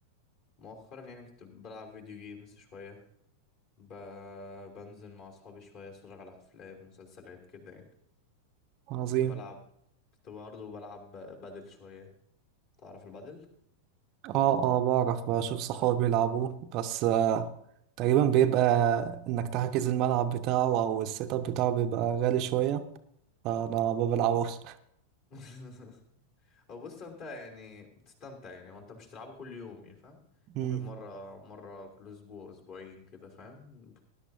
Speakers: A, on the left; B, on the right.
A: مؤخرا يعني كنت بلعب فيديو جيمز شويه ب... بنزل مع اصحابي شويه اتفرج على افلام مسلسلات كده يعني
B: عظيم
A: كنت بلعب كنت برضه بلعب بدل شويه تعرف البدل
B: اه اه بعرف بشوف صحابي بيلعبوه بس آه تقريبا بيبقى انك تحجز الملعب بتاعه او السيت اب بتاعه بيبقى غالي شوية فانا ما بلعبوش
A: <laughs> هو بص انت يعني بتستمتع يعني وانت مش تلعبه كل يوم يعني فاهم
B: مم.
A: ممكن مرة مرة كل اسبوع اسبوعين كده فاهم